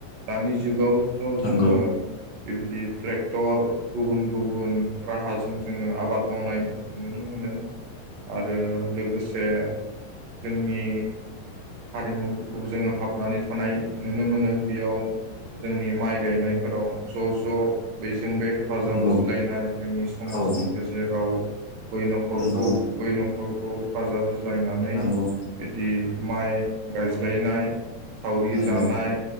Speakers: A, on the right; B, on the left.
A: दानि जुगाव। थ
B: नंगौ
A: जोंङो बेबायदि। ट्रेक्टर। गुबुन गुबुन राहाजों जोंङो आबाद मावनाय नुनो मोनो आरो लोगोसे जोंनि हारिमुफोरखौबो जोंङो हाबनानै थानाय नुनो मोनो बेयाव जोंनि माइ गायनायफोराव ज'ज' बेजों बे हेफाजाब
B: नंगौ
A: होज्लायनाय जोंनि समाजनि
B: औ
A: गेजेराव बै न'खरखौ
B: नंगौ
A: बै नखर खौ हेफाजाब होनाय। होज्लायनानै
B: नंगौ
A: बिदि। माइ गायज्लायनाय। सावरि
B: नंगौ
A: जानाय